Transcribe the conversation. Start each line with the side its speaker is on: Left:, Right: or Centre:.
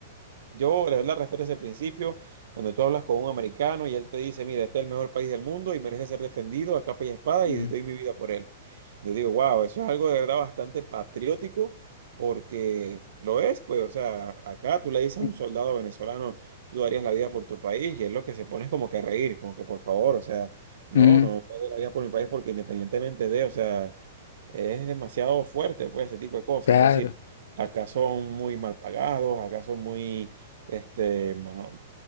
Right: yo, la verdad, respeto ese principio donde tú hablas con un americano y él te dice, mira, este es el mejor país del mundo y merece ser defendido a capa y espada
Left: Mm,
Right: y doy mi vida por él. Yo digo, wow, eso es algo de verdad bastante patriótico porque lo es, pues, o sea, acá tú le dices
Left: sí.
Right: a un soldado venezolano, tú darías la vida por tu país y es lo que se pone es como que a reír, como que por favor, o sea, no,
Left: Mm,
Right: no, no doy la vida por mi país porque independientemente de, o sea es demasiado fuerte, pues, ese tipo de cosas.
Left: claro.
Right: Es decir, acá son muy mal pagados, acá son muy, este, bueno,